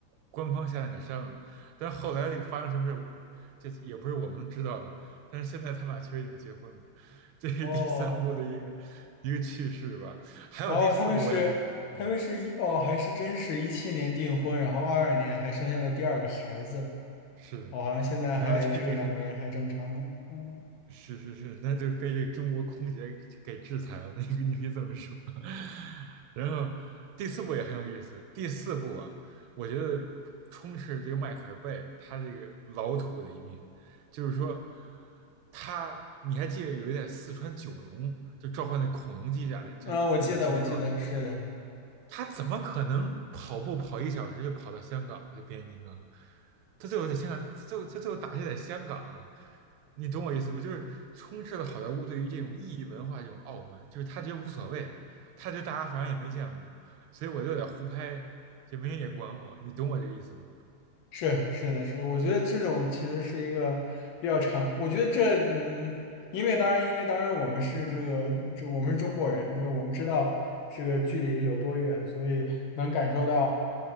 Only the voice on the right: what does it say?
官方下来给删了。但后来这个发生什么事，这也不是我们能知道的。但是现在他们俩确实已经结婚了，这是第三部的一个一个趣事吧。
还有第四部，
我想跟你，嗯。
是的，
然后在这个
是是是，那就被这个中国空姐给制裁了，<laughs> 你你可以这么说。<laughs> 然后第四部也很有意思，第四部啊，我觉得充斥这个迈克尔贝他这个老土的一面，就是说他你还记得有一点四川九龙就召唤那恐龙机甲那就那个就那段儿
他怎么可能跑步跑一小时就跑到香港呢？就变形金刚，他最后在香港，最后他最后打戏在香港啊你懂我意思吗？就是充斥了好莱坞对于这种异域文化这种傲慢，就是他觉得无所谓，他觉得大家反正也没见过，所以我就得胡拍，就没人也管我，你懂我这个意思吗？